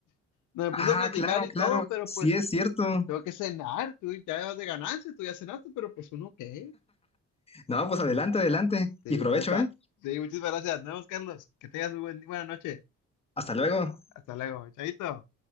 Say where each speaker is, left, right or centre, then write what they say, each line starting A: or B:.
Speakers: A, on the left; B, on the left.
A: No, Me
B: Ah,
A: puse a platicar
B: claro,
A: y
B: claro,
A: todo, pero
B: sí
A: pues
B: es cierto.
A: tengo que cenar. Tú ya vas de ganancia, tú ya cenaste, pero pues uno qué.
B: No, pues adelante, adelante
A: Sí,
B: y provecho,
A: pues, ya está.
B: ¿eh?
A: Sí, muchas gracias. Nos vemos, Carlos. Que tengas muy buen- buena noche.
B: Hasta luego.
A: Hasta luego. Chaito.